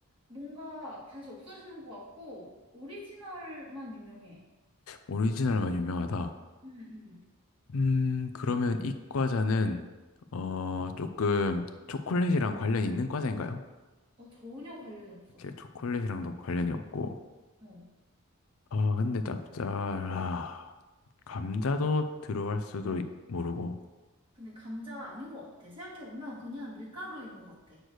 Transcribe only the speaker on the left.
오리지널만 유명하다.
음, 그러면 이 과자는, 어, 조금 초콜릿이랑 관련이 있는 과자인가요?
이렇게 초콜릿이랑도 관련이 없고.
아, 근데 짭짤 아, 감자도 들어갈 수도 있- 모르고,